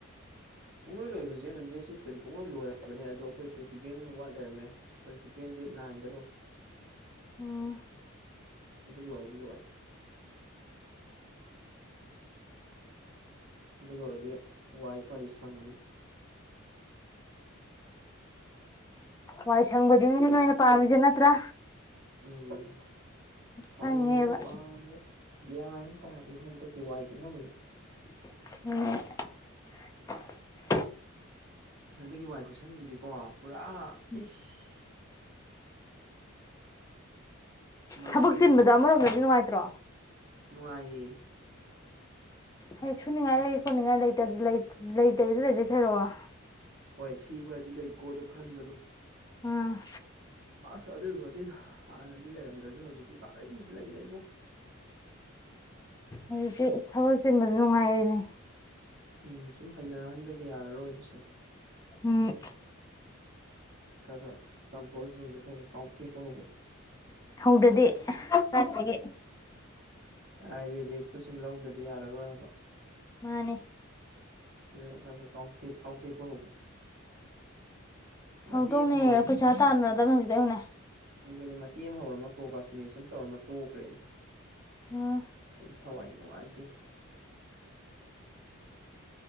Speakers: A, on the right; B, on the left.
A: ꯄꯨꯡꯂꯣꯏ ꯂꯣꯏꯕꯁꯦ ꯑꯗꯨꯝ ꯗꯦꯠ ꯁꯤꯛꯁꯇꯗꯤ ꯄꯨꯡꯂꯣꯏ ꯂꯣꯏꯔꯕꯅꯦ ꯑꯗꯣ ꯑꯩꯈꯣꯏ ꯄ꯭ꯔꯦꯛꯇꯤꯀꯦꯜ ꯋꯥꯠ ꯂꯩꯔꯝꯃꯦ ꯄ꯭ꯔꯦꯛꯇꯤꯀꯦꯟ ꯗꯦꯠ ꯅꯥꯏꯟꯗ ꯂꯣꯏ
B: ꯑꯣ
A: ꯑꯗꯨ ꯂꯣꯏꯔꯗꯤ ꯂꯣꯏꯔꯦ ꯑꯗꯨ ꯂꯣꯏꯔꯗꯤ ꯋꯥꯏ ꯈꯔꯗꯤ ꯁꯪꯒꯅꯤ
B: ꯋꯥꯏ ꯁꯪꯕꯖꯤꯅꯦ ꯅꯣꯏꯅ ꯄꯥꯝꯃꯤꯁꯦ ꯅꯠꯇ꯭ꯔꯥ
A: ꯎꯝ ꯁꯪꯕꯗꯣ
B: ꯈꯪꯉꯦꯕ
A: ꯄꯥꯝꯃꯦꯕ ꯒ꯭ꯌꯥꯟ ꯑꯃ ꯇꯥꯗꯦ ꯍꯟꯗꯛꯀꯤ ꯋꯥꯏ ꯇꯨꯁꯪꯁꯦ
B: <unintelligible>
A: ꯍꯟꯗꯛꯀꯤ ꯋꯥꯏ ꯈꯨꯁꯪꯁꯤꯗꯤꯀꯣ ꯄꯨꯔꯥ
B: <unintelligible>
A: ꯏꯁ ꯃꯩꯊꯛꯇ
B: ꯊꯕꯛ ꯆꯤꯟꯕꯗ
A: ꯐꯝꯃꯒ
B: ꯑꯃꯔꯣꯝꯗꯗꯤ ꯅꯨꯡꯉꯥꯏꯇ꯭ꯔꯣ
A: ꯅꯨꯡꯉꯥꯏꯌꯦ
B: ꯍꯥꯏꯗꯤ ꯁꯨꯅꯤꯡꯉꯥꯏ ꯂꯩ ꯈꯣꯠꯅꯤꯡꯉꯥꯏꯇ ꯂꯩꯇꯗꯤ ꯂꯩ ꯁꯔꯨꯛ
A: ꯍꯣꯏ ꯁꯤꯃꯗꯤ ꯂꯩꯀꯣꯗꯣ ꯈꯟꯕꯗꯣ
B: ꯎꯝ
A: ꯑꯁ ꯑꯗꯨ ꯑꯣꯏꯕꯨꯗꯤ ꯍꯥꯟꯅꯗꯤ ꯂꯩꯔꯝꯗ꯭ꯔꯁꯨ ꯍꯧꯖꯤꯛꯇꯤ ꯔꯤꯗꯤ ꯂꯩꯗ ꯏꯕꯣ
B: ꯑꯗꯨꯗꯤ ꯊꯕꯛ ꯆꯤꯟꯕꯗ ꯅꯨꯡꯉꯥꯏꯔꯦꯅꯦ
A: ꯎꯝ ꯁꯨꯝ ꯍꯩꯅꯍꯟꯗꯗꯤ ꯌꯥꯔꯔꯣꯏꯕꯁꯦ
B: ꯎꯝ
A: ꯈꯔ ꯈꯔ ꯀꯝꯐꯣꯔꯠ ꯖꯣꯟꯁꯦ ꯈꯔ ꯈꯔ ꯀꯥꯎꯊꯦꯛꯄ ꯍꯧꯒꯦ
B: ꯍꯧꯗꯗꯤ ꯀꯥꯢꯗꯒꯤ
A: ꯍꯥꯏꯗꯤ ꯔꯤꯛꯁꯇꯨ ꯁꯨꯝ ꯂꯧꯗꯗꯤ ꯌꯥꯔꯔꯣꯏ ꯍꯥꯏꯕ
B: ꯃꯥꯅꯦ
A: ꯑꯗꯨ ꯈꯔ ꯈꯔꯥꯎꯊꯦꯛ ꯀꯥꯎꯊꯦꯛꯄ ꯍꯧꯒꯦ ꯃꯇꯦꯛ
B: ꯍꯧꯗꯧꯅꯦ
A: ꯑꯃ ꯍꯧꯔꯝꯃꯒ
B: ꯄꯩꯁꯥ ꯇꯥꯟꯅꯗꯕꯅꯦ ꯍꯧꯖꯤꯗꯩ ꯍꯧꯅꯦ
A: ꯑꯗꯨ ꯑꯗꯨꯅꯦ ꯃꯇꯦꯡ ꯍꯧꯔꯝꯕ ꯄ꯭ꯔꯣꯒꯥꯁꯤꯅꯦꯁꯟ ꯇꯧꯔꯃ ꯇꯣꯛꯈ꯭ꯔꯦꯅꯦ
B: ꯎꯝ
A: ꯑꯩ ꯊꯋꯥꯏ ꯅꯨꯡꯉꯥꯏꯇꯦ